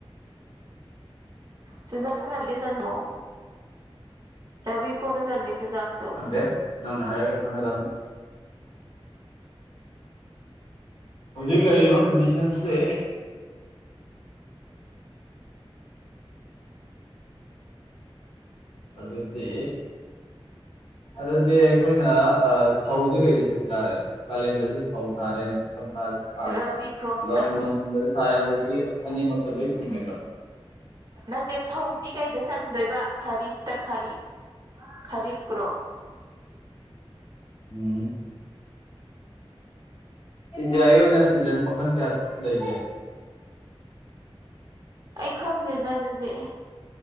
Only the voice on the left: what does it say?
ꯗꯦ ꯅꯪꯅ ꯍꯥꯢꯔꯒ ꯈꯪꯒꯗꯝꯅꯤ ꯍꯨꯖꯤꯛ ꯂꯩꯔꯤꯕ ꯀꯟꯗꯤꯁꯟꯁꯦ ꯑꯗꯨꯗꯤ ꯑꯗꯨꯗꯤ ꯑꯩꯈꯣꯏꯅ ꯑꯥ ꯐꯧꯖ‌ꯦ ꯀꯩꯗ ꯆꯤꯡ ꯇꯥꯔꯦ ꯀꯥꯂꯦꯟꯗ ꯐꯧ ꯊꯥꯔꯦ ꯅꯤꯡꯊꯝ ꯊꯥꯖꯨ ꯊꯥ
ꯂꯣꯏ ꯃꯣꯟꯁꯨꯟ ꯗꯖꯨ ꯊꯥꯔꯦ ꯍꯧꯖꯤꯛꯇꯤ ꯑꯅꯤꯃꯛꯇ ꯂꯣꯏ ꯆꯤꯡꯉꯣꯏꯗ꯭ꯔꯣ
ꯎꯝ ꯏꯟꯗꯤꯌꯥꯒꯤ ꯑꯣꯏꯅ ꯁꯤꯖꯟ ꯃꯈꯟ ꯀꯌꯥ ꯂꯩꯒꯦ